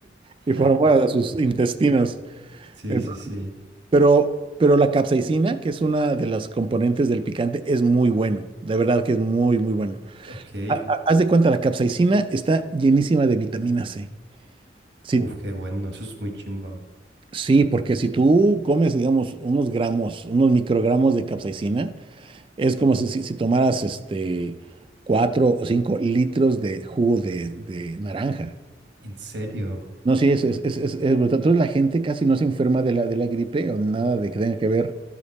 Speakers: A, on the right; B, on the right.
A: <laughs>
B: y por amor a sus intestinos.
A: Sí,
B: Entonces,
A: sí, sí.
B: pero, pero la capsaicina, que es una de las componentes del picante, es muy bueno, de verdad que es muy, muy bueno.
A: Ok.
B: Ha- ha- Haz de cuenta, la capsaicina está llenísima de vitamina C. Si,
A: Uf, qué bueno. Eso es muy chimba.
B: Sí, porque si tú comes, digamos, unos gramos, unos microgramos de capsaicina, es como si, si- si tomaras este cuatro o cinco litros de jugo de, de naranja.
A: ¿En serio?
B: No, sí, es, es, es, es- es brutal. Entonces la gente casi no se enferma de la, de la gripe o de nada de que tenga que ver